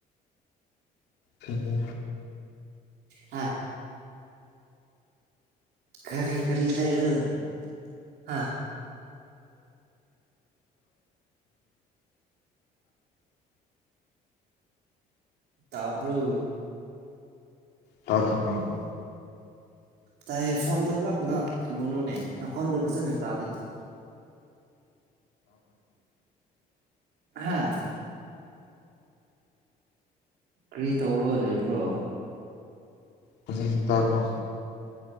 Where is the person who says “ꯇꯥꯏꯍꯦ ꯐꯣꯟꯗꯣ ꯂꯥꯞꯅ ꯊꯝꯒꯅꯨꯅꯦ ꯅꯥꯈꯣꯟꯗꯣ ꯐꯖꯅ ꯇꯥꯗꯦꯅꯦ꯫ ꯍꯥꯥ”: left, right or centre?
Right